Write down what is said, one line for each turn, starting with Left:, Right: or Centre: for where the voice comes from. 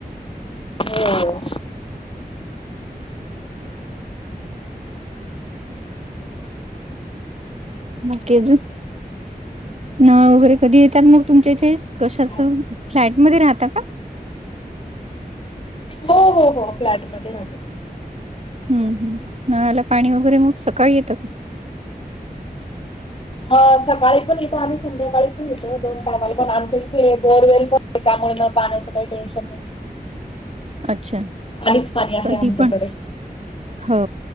Left: हो
Right: बाकी अजून नळ वगैरे कधी येतात मग तुमच्या इथे
Left: काय
Right: कशाच फ्लॅटमध्ये
Left: म्हणता
Right: राहता का?
Left: हो हो हो फ्लॅटमध्ये राहतो.
Right: हम्म नळाला पाणी वगैरे मग सकाळी येत का?
Left: मग सकाळी पण येत आणि संध्याकाळी पण येत दोन टायमाला पण आमच्या इथे बोरवेल पण त्यामुळे मग पाण्याच काही टेन्शन नाही.
Right: का अच्छा
Left: आधीच पाणी आहे
Right: कधी
Left: आमच्याकडे.
Right: पण हो